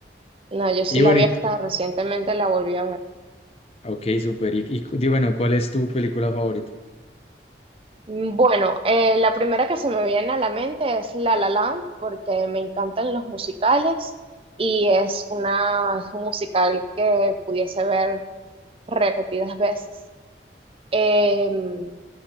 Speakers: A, on the right; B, on the left.
A: No, yo sí
B: Y
A: la
B: bueno,
A: vi
B: ¿y
A: hasta recientemente, la volví a ver.
B: Ok, súper. Y, y cu- di, bueno, ¿cuál es tu película favorita?
A: Mm, Bueno, eh, la primera que se me viene a la mente es La La Land, porque me encantan los musicales y es una, es un musical que pudiese ver repetidas veces. Em,